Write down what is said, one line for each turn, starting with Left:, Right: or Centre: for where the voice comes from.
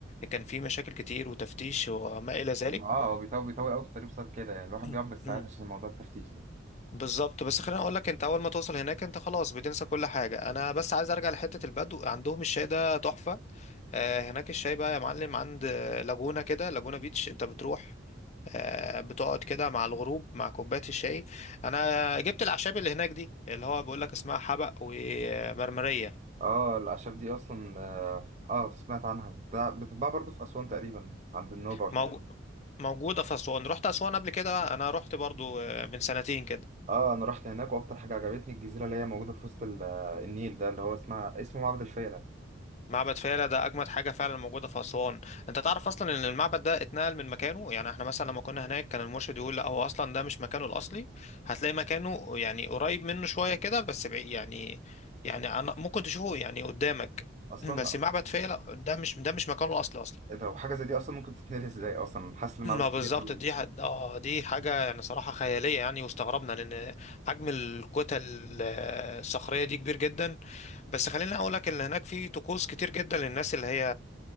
Left: كان فيه مشاكل كتير وتفتيش وما الى ذلك
Right: اه هو بيطول بيطول قوي في الطريق بسبب كده يعني الواحد
Left: <clears throat>
Right: بيقعد بالساعات عشان موضوع التفتيش ده
Left: بالظبط بس خليني اقول لك انت اول ما توصل هناك انت خلاص بتنسى كل حاجه انا بس عايز ارجع لحته البدو عندهم الشاي ده تحفه آه، هناك الشاي بقى يا معلم عند آه، لاجونا كده لاجونا بيتش انت بتروح آه، بتقعد كده مع الغروب مع كوبايه الشاي انا جبت الاعشاب اللي هناك دي اللي هو بيقول لك اسمها حبق ومرمريه
Right: اه الاعشاب دي اصلا اه, آه سمعت عنها ده بتتباع برضه في اسوان تقريبا عند النوبه والحتت
Left: موجو- موجوده في اسوان رحت اسوان قبل كده انا رحت برضو آه، من سنتين كده
Right: اه انا رحت هناك واكتر حاجه عجبتني الجزيره اللي هي موجوده في وسط ال- النيل ده اللي هو اسمها اسمه معبد الفيله
Left: معبد فيلة ده أجمد حاجة فعلا موجودة في أسوان أنت تعرف أصلا إن المعبد ده اتنقل من مكانه يعني إحنا مثلا لما كنا هناك كان المرشد يقول لا هو أصلا ده مش مكانه الأصلي هتلاقي مكانه يعني قريب منه شوية كده بس بعيد يعني يعني أنا ممكن تشوفه يعني قدامك
Right: اصلا
Left: <clears throat> بس معبد فيلة ده مش ده مش مكانه الأصلي أصلا
Right: لو حاجه زي دي اصلا ممكن تتنقل ازاي اصلا حاسس
Left: <clears throat>
Right: المعبد
Left: ما
Right: كبير
Left: بالظبط
Right: قوي
Left: دي حد اه دي حاجة يعني صراحة خيالية يعني واستغربنا لأن حجم الكتل آه، الصخرية دي كبير جدا بس خليني أقول لك إن هناك في طقوس كتير جدا للناس اللي هي